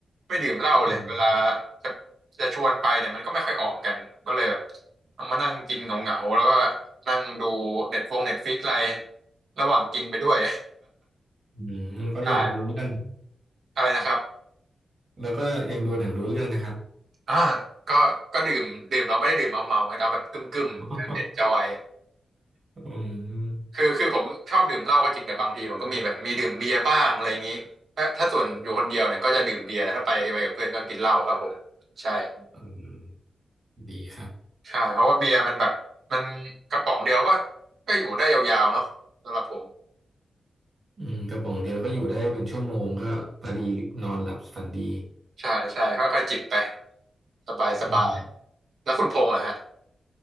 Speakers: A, on the right (about 75°); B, on the right (about 40°).
A: ไม่ดื่มเหล้าเลยเวลา
B: อืม
A: จะจะชวนไปเนี่ยมันก็ไม่ค่อยออกกันก็เลยแบบต้องมานั่งกินเหงาๆแล้วก็นั่งดูเน็ตฟงเน็ตฟิกอะไรระหว่างกินไปด้วย
B: อืมก็ยังดูรู้เรื่อง
A: <laughs> ใช่อะไรนะครับ
B: แล้วก็ยังดูหนังรู้เรื่องนะครับ
A: อ่าก็ก็ดื่มดื่มเราไม่ได้ดื่มเมาเมาเอาแบบกึ่มกึ่มเอนจอย
B: <laughs> อืม
A: คือคือผมชอบดื่มเหล้าก็จริงแต่บางทีผมก็มีแบบมีดื่มเบียร์บ้างอะไรอย่างนี้ถ้าถ้าส่วนอยู่คนเดียวเนี่ยก็จะดื่มเบียร์แต่ถ้าไปไปกับเพื่อนก็กินเหล้าครับผมใช่
B: อืมดีครับ
A: ใช่เพราะว่าเบียร์มันแบบมันกระป๋องเดียวก็ก็อยู่ได้ยาวๆเนาะสำหรับผม
B: อืมกระป๋องเดียวก็อยู่ได้เป็นชั่วโมงก็พอดีนอนหลับฝันดี
A: ใช่ใช่ค่อยๆจิบไปสบายสบาย
B: อืม
A: แล้วคุณพงษ์ล่ะฮะ